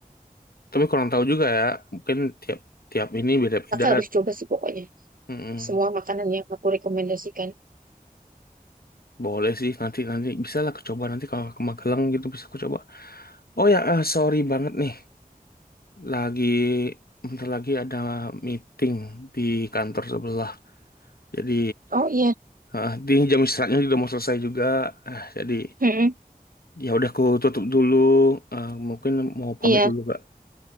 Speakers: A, on the left; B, on the right.
A: tapi kurang tahu juga ya mungkin tiap tiap ini beda-beda
B: Kakak harus coba sih pokoknya.
A: Mm-mm.
B: Semua makanan yang aku rekomendasikan.
A: Boleh sih nanti nanti bisa lah aku coba nanti kalau ke Magelang gitu bisa aku coba. Oh ya eh, sorry banget nih. Lagi bentar lagi ada meeting di kantor sebelah. Jadi
B: Oh iya.
A: eh, di jam istirahatnya juga mau selesai juga. Eh, jadi
B: Mm-mm.
A: ya udah aku tutup dulu. Eh, mungkin mau pamit
B: Iya,
A: dulu Kak.